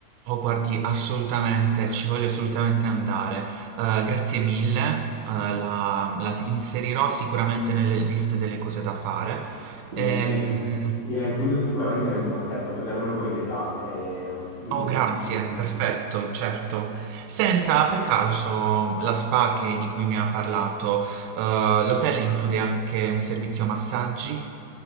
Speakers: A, on the right; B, on the left.
A: Oh, guardi, assolutamente, ci voglio assolutamente andare. Eh, grazie mille, eh, la, la s- inserirò sicuramente nelle liste delle cose da fare.
B: Quindi
A: Ehm,
B: Gliela gliela includo sicuramente nel pacchetto, così almeno poi vedrà. eh, un- un-
A: oh, grazie, perfetto, certo. Senta, per caso la spa che- di cui mi ha parlato, eh, l'hotel include anche un servizio massaggi?